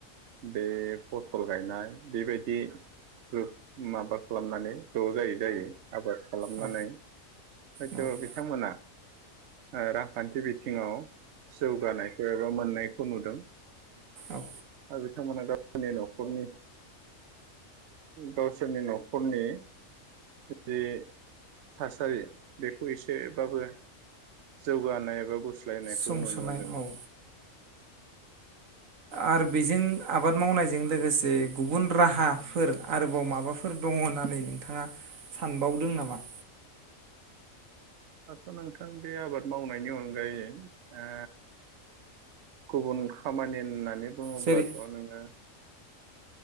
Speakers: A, on the right; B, on the right.
A: बे फथल गायनाय बेबायदि ग्रोब माबा खालामनानै ज' जायै जायै आबास खालामनानै
B: औ
A: हयथ'
B: औ
A: बिथांमोना ओ रांखान्थि बिथि ङाव जौगानायखौ एबा मोननायखौ नुदों
B: औ
A: आरो बिथांमोना गावनि न'खनि गावसोरनि न'खरनि जि थासारि बेखौ एसेबाबो जौगानाय एबा गुस्लायनायखौ
B: सुंस'नाय
A: नुनो मोनदों नोथां।
B: औ आरो बेजों आबाद मावनायजों लोगोसे गुबुन राहाफोर आरोबाव माबाफोर दङ होननानै नोंथाङा सानबावदों नामा?
A: दाथ' नोंथां बे आबाद मावनायनि अनगायै ओ गुबुन खामानि होननानै बुङोब्लाथ'
B: जेरै
A: नोङो